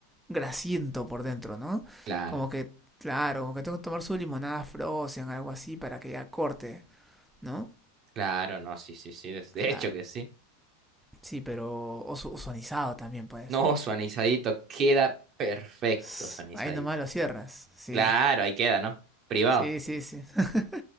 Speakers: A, in the centre; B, on the right (about 35°).
A: grasiento por dentro, ¿no?
B: Claro,
A: Como que, claro, como que tengo que tomar su limonada Frozen, algo así, para que ya corte, ¿no?
B: claro, no, sí, sí, sí, de de
A: Claro,
B: hecho que sí.
A: sí, pero o su- o sonizado también puede
B: No,
A: ser.
B: su anisadito queda perfecto,
A: Sss,
B: su anisadito.
A: Ahí nomás lo cierras, sí,
B: Claro, ahí queda, ¿no? Privado.
A: sí, sí, sí. <laughs>